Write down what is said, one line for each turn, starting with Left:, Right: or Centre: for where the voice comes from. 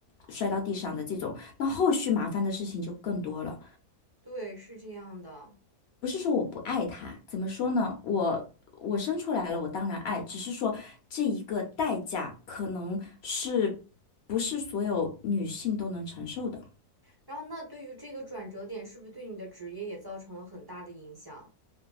Left: 摔到地上的这种，那后续麻烦的事情就更多了。
Right: 对，是这样的。
Left: 不是说我不爱他，怎么说呢？我我生出来了，我当然爱，只是说这一个代价可能是不是所有女性都能承受的。
Right: 然后，那对于这个转折点，是不是对你的职业也造成了很大的影响？